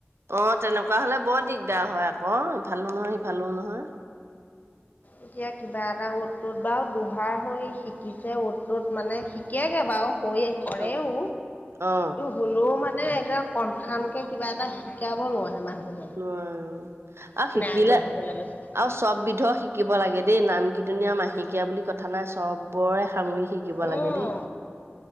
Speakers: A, on the right; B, on the left.
A: অ', তেনেকুৱা হ'লে বৰ
B: সেইটো
A: দিগদাৰ
B: কথা
A: হয় আকৌ, ইফালো নহয় সিফালো নহয়।
B: এতিয়া কিবা এটা অ'ত তত বাও দোহাৰ হৈ শিকিছে অ'ত তত মানে <unintelligible> বাৰু কৈ কৰেও
A: অ অ
B: গলেও মানে একে কনফাৰ্মকে কিবা এটা শিকাব নোৱাৰে মানুহ
A: <unintelligible> আৰু শিকিলে
B: আগবাঢ়িবলৈ ল'ৰা ছোৱালী
A: আৰু চব বিধ শিকিব লাগে দেই নাম কীৰ্তনী আৰু মাহেকীয়া বুলি কথা নাই চবৰে সাামৰি শিক শিকিব
B: অঁ
A: লাগে দেই,